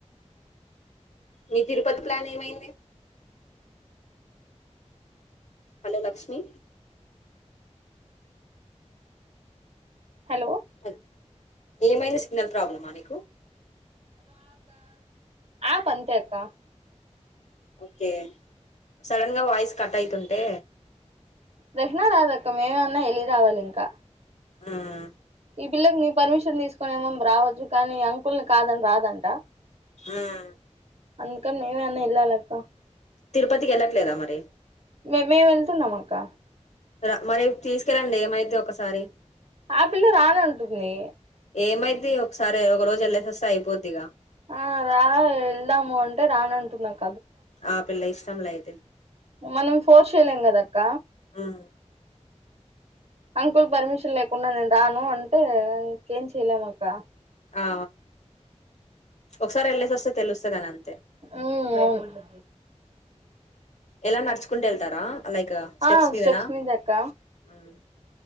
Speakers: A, on the left (about 70°); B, on the right (about 60°).
A: మీ తిరుపతి ప్లాన్ ఏంమైది హలో లక్ష్మి
B: హలో
A: హ ఏమైంది సిగ్నల్ ప్రాబ్లమ్మా నీకు
B: ఆప్ అంతే అక్క
A: ఓకే సడన్ గా వాయిస్ కట్ అయితుంటే
B: వెంటనే రాదక్క మేమమన్నా వెళ్ళి రావాలి ఇంకా
A: ఆఅ
B: ఈ పిల్లకి నీ పర్మిషన్ తీసుకొని ఏమం రావచ్చు కానీ అంకుల్ని కాదని రాదంట
A: ఆమ్
B: అందుకని నేనన్న వెళ్ళాలక్క
A: తిరుపతికి వెళ్ళట్లేదా మరి
B: మే మేము వెళ్తున్నాం అక్క
A: జర మరి తీసుకెళ్ళండి ఏమైతే ఒకసారి
B: ఆ పిల్ల రానంటుంది
A: ఏమైది ఒకసారి ఒక రోజు వెల్లసి వస్తే అయిపోద్దిగా
B: ఆ రా వెళ్దాము అంటే రానంటున్నారు
A: ఆ పిల్ల ఇష్టం ఇష్టం లే అయితే
B: మనం ఫోస్ చేయలేం కదక్క
A: మ్మ్
B: అంకుల్ పర్మిషన్ లేకుండా నేను రాను అంటే ఇంకేం చేయలేం అక్క
A: ఆ ఒకసారి వెళ్ళేసివస్తే తెలుస్తది అని అంతే
B: ఉమ్ అవును
A: ఎలా నడుచుకుంటు వెళ్తారా లైక్
B: ఆ
A: మీదనా
B: స్టెప్స్ మీదే అక్క
A: మ్మ్